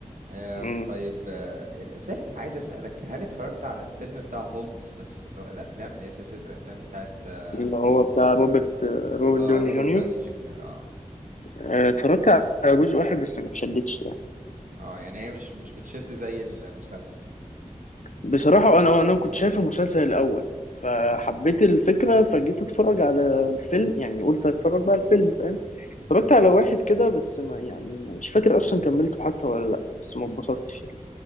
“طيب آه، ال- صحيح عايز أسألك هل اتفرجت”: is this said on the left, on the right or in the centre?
Right